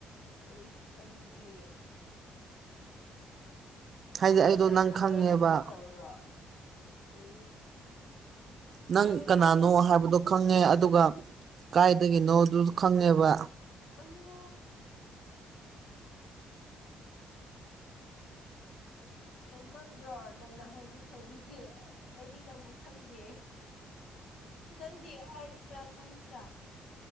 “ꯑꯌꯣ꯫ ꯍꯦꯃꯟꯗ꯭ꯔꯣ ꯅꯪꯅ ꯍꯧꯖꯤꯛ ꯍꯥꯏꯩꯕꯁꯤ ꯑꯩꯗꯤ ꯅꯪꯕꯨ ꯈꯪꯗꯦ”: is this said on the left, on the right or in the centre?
Left